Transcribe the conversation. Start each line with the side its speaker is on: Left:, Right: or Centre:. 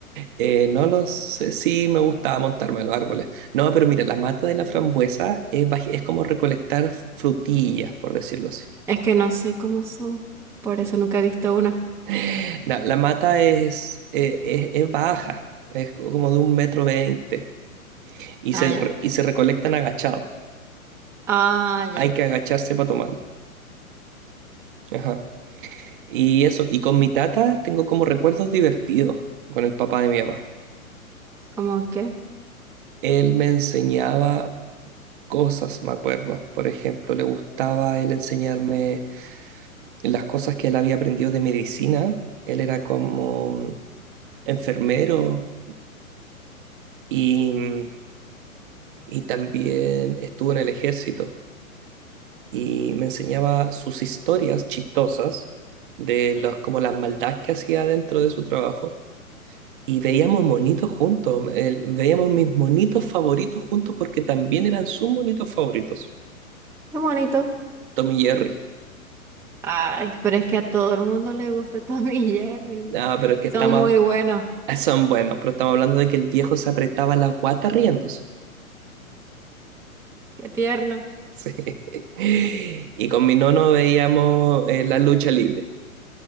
Right: Eh, no lo sé, sí me gustaba montarme a los árboles. No, pero mira, la mata de la frambuesa es, baji- es como recolectar frutillas, por decirlo así.
Centre: Es que no sé cómo son, por eso nunca he visto una.
Right: <laughs> Na- la mata es, eh, es, es baja, es co- como de un metro veinte y
Centre: Ah,
Right: se,
Centre: ya.
Right: re- y se recolectan agachados.
Centre: Ah, ya.
Right: Hay que agacharse para tomarlo. Ajá. Y eso, y con mi tata tengo como recuerdos divertidos con el papá de mi papá.
Centre: ¿Cómo qué?
Right: Él me enseñaba cosas, me acuerdo. Por ejemplo, le gustaba él enseñarme las cosas que él había aprendido de medicina. Él era como mm, enfermero y, mm, y también estuvo en el ejército y me enseñaba sus historias chistosas de los, como las maldades que hacía dentro de su trabajo. Y veíamos monitos juntos, el- veíamos mis monitos favoritos juntos porque también eran sus monitos favoritos,
Centre: Qué bonito.
Right: Tom y Jerry.
Centre: Ay, pero es que a todo el mundo le gusta <laughs> Tom y Jerry.
Right: Ah, pero es que está
Centre: Son
Right: más,
Centre: muy buenos.
Right: <laughs> Son buenos, pero estamos hablando de que el viejo se apretaba la guata riéndose. <laughs>
Centre: Qué tierno.
Right: Sí. Y con mi nono veíamos eh, la lucha libre.